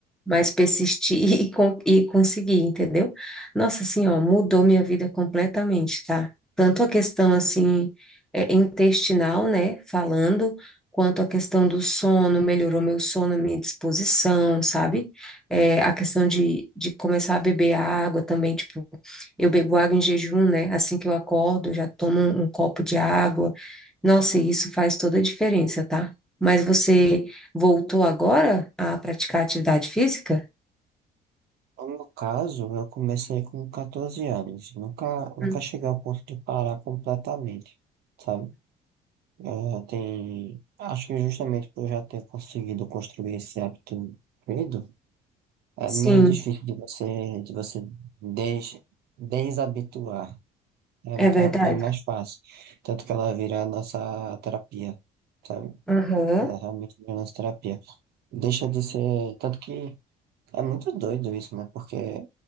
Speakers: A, in the centre; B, on the right (about 70°).
A: mas persistir <laughs> e, con- e conseguir, entendeu? Nossa, assim, ó, mudou minha vida completamente, tá? Tanto a questão, assim, é, intestinal, né, falando, quanto a questão do sono, melhorou meu sono, minha disposição, sabe? É, a questão de, de começar a beber água também, tipo, eu bebo água em jejum, né? Assim que eu acordo, eu já tomo um, um copo de água. Nossa, e isso faz toda a diferença, tá? Mas você Voltou agora a praticar atividade física?
B: No caso, eu comecei com 14 anos. Nunca, nunca
A: Hum.
B: cheguei ao ponto de parar completamente, sabe? Eh, tem, acho que justamente por já ter conseguido construir esse hábito cedo, é
A: Sim,
B: meio difícil de você, de você des, desabituar, É,
A: é
B: ma-
A: verdade.
B: é, é mais fácil. Tanto que ela vira a nossa terapia, sabe?
A: Aham,
B: Ela realmente vira a nossa terapia. Deixa de ser. Tanto que é muito doido isso, né? Porque